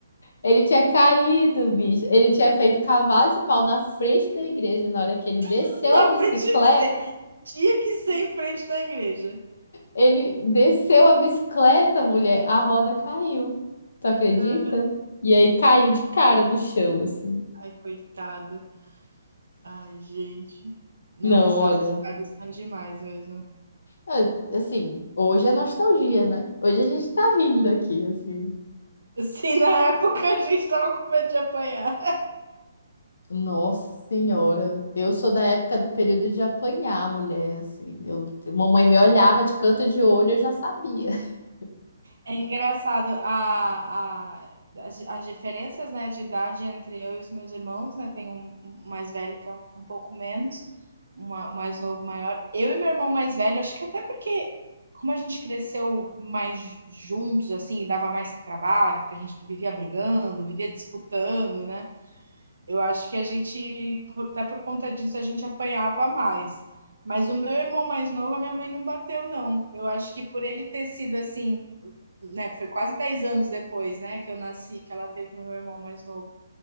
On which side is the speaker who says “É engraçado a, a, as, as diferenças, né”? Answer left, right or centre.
Right